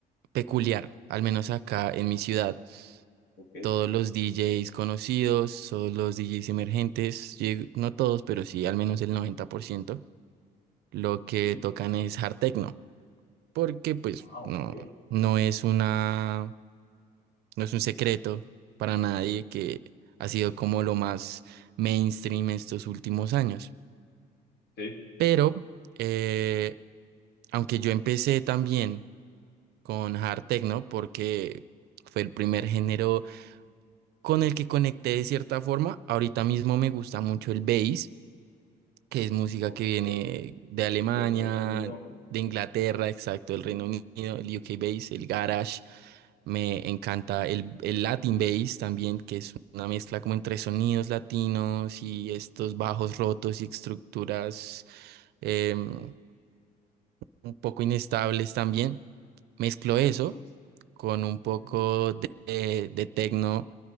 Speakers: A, on the right; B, on the left.
A: peculiar, al menos acá en mi ciudad.
B: Ok,
A: Todos los DJs conocidos, todos los DJs emergentes, lleg- no todos, pero sí al menos el 90%, lo que
B: sí.
A: tocan es hard techno. porque pues
B: Ah,
A: no,
B: ok.
A: no es una, no es un secreto para nadie que ha sido como lo más mainstream estos últimos años.
B: Sí,
A: Pero eh, aunque yo empecé también con hard techno porque fue el primer género con el que conecté de cierta forma, ahorita mismo me gusta mucho el bass que es música
B: Ok.
A: que viene de Alemania,
B: Del Reino Unido, ¿no?
A: de Inglaterra, exacto, el Reino
B: Ujú,
A: Unido, el UK bass,
B: ujú.
A: el garage. Me encanta el, el Latin bass también, que es una mezcla como entre sonidos latinos y estos bajos rotos y estructuras em, un poco inestables también. Mezclo eso
B: Y me gusta.
A: con un
B: Ujú.
A: poco de, de, de techno